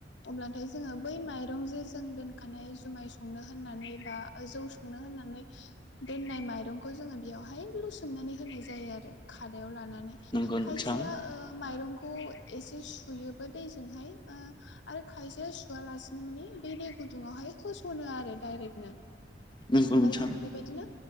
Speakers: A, on the left (about 80°); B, on the left (about 25°).
A: अब्लाथाय जोङो बै माइरं जे जों दोनखानाय जुमाय संनो होननानै बा जौ संनो होननानै दोननाय माइरंखौ जोङो बेयावहाय लुसोमनानै होनाय जायो आरो खादायाव लानानै।
B: नंगौ नोंथां
A: खायसेया माइरंखौ एसे सुयोबो दैजोंहाय। ओ आरो खायसेया सु सुआलासिनो माने बे दै गुदुंङावहाय होस'नो आरो डायरेकनो।
B: नंगौ
A: ओमफाय
B: नोंथां
A: जोङो बे बेबादिनो